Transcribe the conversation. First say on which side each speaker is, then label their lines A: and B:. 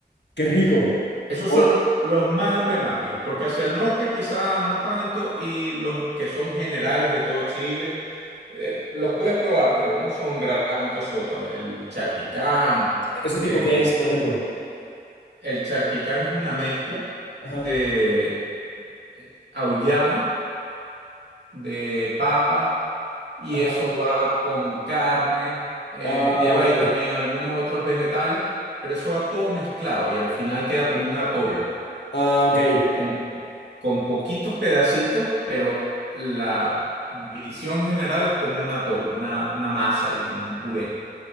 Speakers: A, on the left; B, on the right.
A: Qué rico.
B: Esos
A: O-
B: son los más emblemáticos, porque hacia el norte quizás no tanto, y los que son generales de todo Chile, eh, los puedes probar, pero no son gran cosota. El charquicán,
A: ¿Eso
B: eh,
A: tipo qué es, por ejemplo?
B: el charquicán es una mezcla
A: Ajá,
B: de auyama, de papa, y
A: ajá.
B: eso va con carne, eh,
A: Ah,
B: lleva
A: ok.
B: ahí también algunos otros vegetales, pero eso va todo mezclado y al final queda como un atol.
A: Ah, ok.
B: con, con poquitos pedacitos, pero la visión general es como un atol, una, una masa y como un puré.